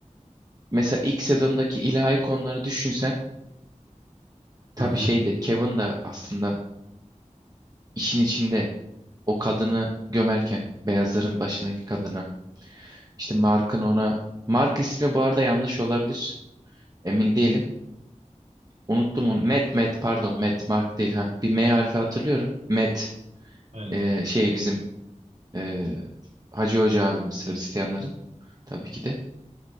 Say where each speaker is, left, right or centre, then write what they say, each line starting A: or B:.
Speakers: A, on the right; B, on the right.
A: Mesela ilk sezondaki ilahi konuları düşünsen tabii
B: Hı hı.
A: şey de Kevin de aslında işin içinde o kadını gömerken beyazların başındaki kadını işte Mark'ın ona Mark ismi bu arada yanlış olabilir emin değilim unuttum onu Matt Matt pardon Matt Mark değil ha bir M harfi hatırlıyorum Matt
B: Evet.
A: e, şey bizim e, Hacı Hoca abimiz Hristiyanların tabii ki de